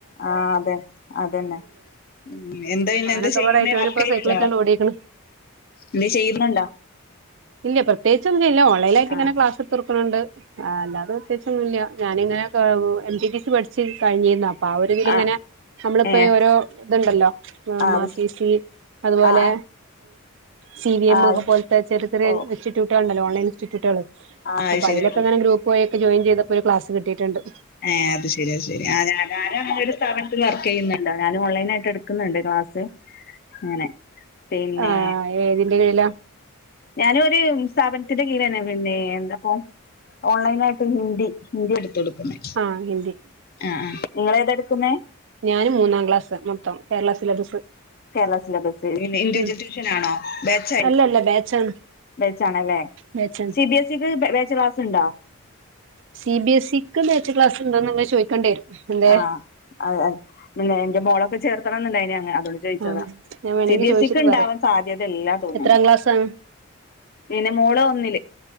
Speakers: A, on the left; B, on the right.
A: ആഹ അതെ അതന്നെ ഉമ് എന്താ പിന്നെ
B: അങ്ങനൊക്കെപാടായിട്ട്
A: എന്ത ചെയ്യുന്നോ വർക്ക്
B: ഓനിപ്പോ
A: ചെയ്യണ്ടോ
B: സൈക്കിളേറ്റാണ്ട് ഓടീക്ക്ണ്
A: എന്ത് ചെയ്യുന്നുണ്ടോ?
B: ഇല്ല പ്രത്യേകിച്ച് ഒന്നും ഇല്ല ഓൺലൈൻായിട്ട്
A: ആ
B: ഇങ്ങനെ ക്ലാസ് എത്ത് കൊട്ക്കണ് ണ്ട്. ആ അല്ലാതെ പ്രത്യേകിച്ചൊന്നുല്ല. ഞാനിങ്ങനെ എം പി ബി സി പഠിച്ച് കഴിഞ്ഞിരന്ന്. പ ഒരിതിലിങ്ങനെ.
A: ആ
B: നമ്മളിപ്പോ
A: ഏ
B: ഈ ഓരോ ഇതുണ്ടല്ലോ
A: ആ
B: മാസിസി
A: അത്
B: അതുപോലെ
A: ആ ആ
B: സി വി എം
A: ആ
B: ഒക്ക പോലത്തെ ചെറിയ ചെറിയ
A: ഓ
B: ഇൻസ്റ്റിറ്റ്യൂട്ടുകള ഉണ്ടല്ലോ ഓൺലൈൻ ഇൻസ്റ്റിറ്റ്യൂട്ടുകൾ
A: ആ അത്
B: അപ്പൊ
A: ശരി
B: അതിലക്കെങ്ങനെ
A: അത്
B: ഗ്രൂപ്പ് വഴി യിൊക്കെ ജോയിൻ ചെയ്തപ്പോ ഒരു ക്ലാസ് കിട്ടയിട്ടുണ്ട്
A: ഏ അത് ശെരി അത് ശെരി ഞാനങ്ങനെ ഒരു സ്ഥാപനത്തിൽ വർക്ക് ചെയ്യുന്നുണ്ട ഞാനും ഓൺലൈൻ ആയിട്ട് എടുക്കുന്നുണ്ട് ക്ലാസ് അങ്ങനെ പിന്നെ
B: ആ ഏതിന്റെ കീഴിലാ
A: ഞാന ഒരു സ്ഥാപനത്തിന്റെ കീഴന്നെ നിന്നീനെ എന്താപ്പൊ ഓൺലൈൻ ആയിട്ട് ഹിന്ദി ഹിന്ദി എടുത്ത കൊടുക്കുന്ന
B: ആഹ ഹിന്ദി
A: ആ ഇങ്ങളെ ഏതാടുക്കുന്ന
B: ഞാന് മൂന്നാം ക്ലാസ് മൊത്തം കേരള സിലബസ്
A: കേരള സിലബസ് ഇൻഡിവിജൽട്യൂഷൻ
B: ഉം
A: ആണോ ബാച്ച് -
B: അല്ലല്ല ബാച്ചാണ്
A: ബേച്ചാണല്ലേ
B: മേച്ചാണ്
A: സി ബി എസ് ഇക്ക് ബേച്ച് ക്ലാസ് ഇണ്ടോ
B: സി ബി എസ്ഇക്ക് ബേച്ച് ക്ലാസ് ഉണ്ടോന്ന് പിന്നെ ചോദിക്കണ്ടി വരും എന്തേ
A: ആഹ അ പിന്നെ എന്റെ മോളൊക്കെ ചേർത്തണംന്നുണ്ടായിന ചോദിച്ചതാ
B: ആഹ് ഞാൻ വേണമെങ്കി
A: സി ബി
B: ചോദിച്ചിട്ട്
A: എസ് ഇക്ക് ഉണ്ടാവാൻ
B: പറയാം
A: സാധ്യത എല്ലാ തോന്നുന്നു
B: എത്രാം ക്ലാസ്സാണ്
A: പിന്നെ മോള് ഒന്നില്